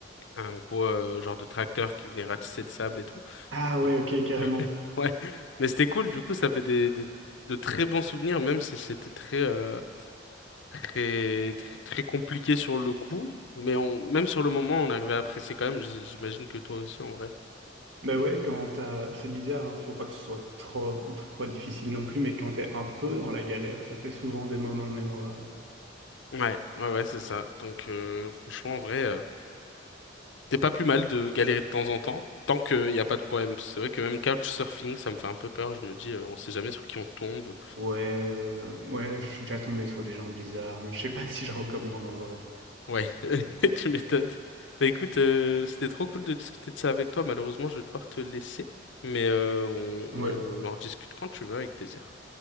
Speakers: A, on the left; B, on the right.
A: un gros euh, genre de tracteur qui venait ratisser le sable et tout.
B: Ah ouais,
A: Oui.
B: ok, carrément.
A: Ouais, mais c'était cool, du coup, ça fait des, des- de très bons souvenirs, même si c'était très, euh, très, très, très compliqué sur le coup, mais on, même sur le moment, on arrivait à apprécier quand même. J- J'imagine que toi aussi, en vrai.
B: Mais ouais, quand t'as... C'est bizarre, hein, faut pas que ce soit trop, trop difficile non plus, mais quand t'es un peu dans la galère, ça fait souvent des moments mémorables.
A: Ouais, ouais, ouais, c'est ça. Donc, euh, franchement, en vrai, euh, t'es pas plus mal de galérer de temps en temps, tant qu'il n'y a pas de problème. C'est vrai que même couchsurfing, ça me fait un peu peur. Je me dis, euh, on sait jamais sur qui on tombe.
B: Ouais, euh, ouais, je suis déjà tombé sur des gens bizarres. hein. Je sais pas si je recommande en vrai.
A: Ouais, <laughs> tu m'étonnes. Bah écoute, euh, c'était trop cool de discuter de ça avec toi. Malheureusement, je vais devoir te laisser, mais euh, on, on
B: Ouais,
A: on en rediscute quand tu veux, avec plaisir.